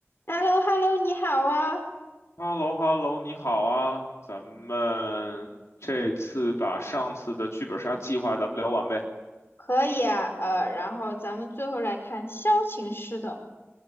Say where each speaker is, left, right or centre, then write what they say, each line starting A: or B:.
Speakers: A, on the left; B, on the left.
A: h e l l o h e l l o 你好啊，
B: h e l l o h e l l o 你好啊，咱们这次把上次的剧本杀计划咱们聊完呗。
A: 可以啊，呃，然后咱们最后来看萧琴师的，